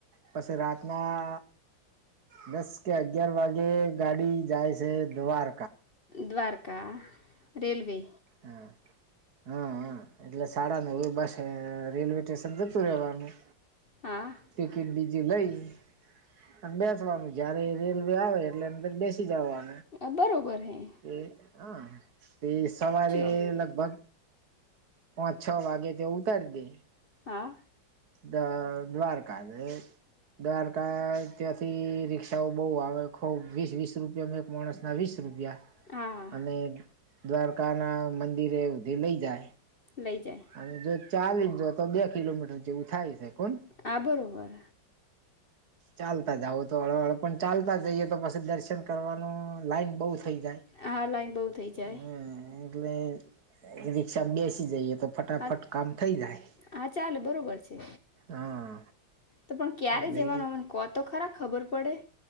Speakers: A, on the right; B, on the left.
A: પછી રાતના દસ કે અગયાર વાગે ગાડી જાય છે દ્વાર
B: દ્વારકા રેલવે
A: હા હા હા એટલે શાડાા નવે બસ રેલવે સ્ટેશન જતું રેવાનું
B: હા
A: ટિકિટ બીજ લઈ અને બેસવાનું જયારે રેલવે આવે એટલેં અંદાર બેસી જવાનું
B: આ બરોબર હૈ.
A: એ હા તે સવારે
B: અમે
A: લગભગ પાંચ છ વાગે તે ઉતારી દે
B: હા
A: દ દ્વારકા ને દ્વારકા ત્યાંથી રી ક્ષા બઉં આવે ખૂબ આનંદ વીસ વીસ રૂપિયા એક માણસ ના વીસ રૂપિયા
B: હા
A: અને દ્વારકા ના મંદિરે ડેલી જાય
B: લઈ જાય
A: અને જો ચાલી ને જાવ તો બે કિલોમીટર જેવું થાય છે કોણ
B: આ બરોબર
A: ચાલતા જાવું તો હળ હળ પણ ચાલતા જઈએ તો પછી દર્શન કરવાનું લાઈન બહુ થઈ જાય
B: હા લાઈન બહુ થઈ જાય
A: એટલે રિકષા બેસી જઈએ તો ફટાફટ
B: આ
A: કામ થઈ જાય.
B: હા ચાલે બરોબર છે
A: હા.
B: તો પણ ક્યારે
A: એટલે
B: જવાનું મને કો તો ખરા ખબર પડે.